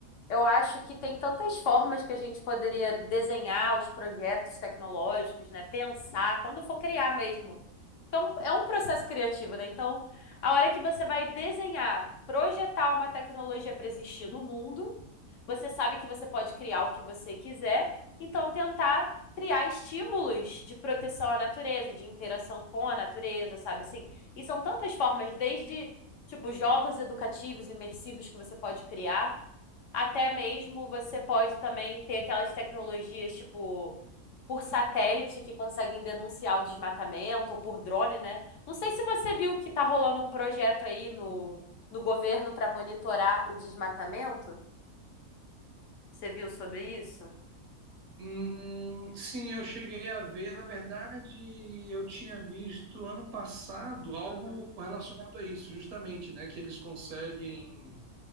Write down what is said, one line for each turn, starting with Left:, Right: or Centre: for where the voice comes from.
Left: Eu acho que tem tantas formas que a gente poderia desenhar os projetos tecnológicos, né? Pensar, quando for criar mesmo. Então, é um processo criativo, né? Então, a hora que você vai desenhar, projetar uma tecnologia para existir no mundo, você sabe que você pode criar o que você quiser. Então, tentar criar estímulos de proteção à natureza, de interação com a natureza, sabe assim? E são tantas formas, desde, tipo, jogos educativos, imersivos que você pode criar. Até mesmo você pode também ter aquelas tecnologias, tipo, por satélite que conseguem denunciar o desmatamento, ou por drone, né? Não sei se você viu que tá rolando um projeto aí no, no governo para monitorar o desmatamento. Você viu sobre isso?
Right: Hum, sim, eu cheguei a ver. Na
Left: Uhum,
Right: verdade, eu tinha visto ano passado algo
Left: uhum.
Right: relacionado a isso, justamente, né? Que eles conseguem.